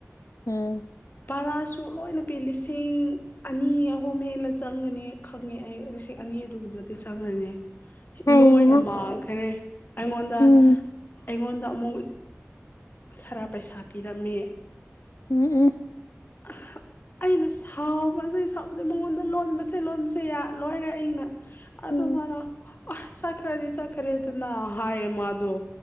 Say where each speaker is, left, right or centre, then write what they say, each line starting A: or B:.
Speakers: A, on the left; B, on the left.
A: ꯎꯝ꯫
B: ꯕꯔꯥꯁꯨ ꯂꯣꯏꯅ ꯄꯤ ꯂꯤꯁꯤꯡ ꯑꯅꯤ ꯑꯍꯨꯝ ꯍꯦꯂ ꯆꯪꯒꯅꯤ ꯈꯪꯉꯦ ꯑꯩ ꯉꯁꯤ ꯑꯅꯤ ꯑꯗꯨꯒꯨꯝꯕꯗꯤ ꯆꯪꯉꯅꯤ
A: ꯑꯩꯍꯥ
B: ꯂꯣꯏꯅ ꯃꯥꯡꯈ꯭ꯔꯦ ꯑꯩꯉꯣꯟꯗ
A: ꯎꯝ
B: ꯑꯩꯉꯣꯟꯗ ꯑꯃꯨꯛ ꯈꯔ ꯄꯩꯁꯥ ꯄꯤꯔꯝꯃꯦ
A: ꯎꯝ ꯎꯝ
B: ꯑ ꯑꯩꯅ ꯁꯥꯎꯕꯁ ꯁꯥꯎꯕꯗ ꯃꯉꯣꯟꯗ ꯂꯣꯟꯕꯁꯦ ꯂꯣꯟꯕꯁꯦ ꯌꯥ ꯂꯣꯏꯔꯦ ꯑꯩꯅ ꯑꯗꯨ
A: ꯎꯝ
B: ꯃꯥꯅ ꯑ ꯆꯠꯈ꯭ꯔꯗꯤ ꯆꯠꯈ꯭ꯔꯦꯗꯅ ꯍꯥꯏꯌꯦ ꯃꯥꯗꯣ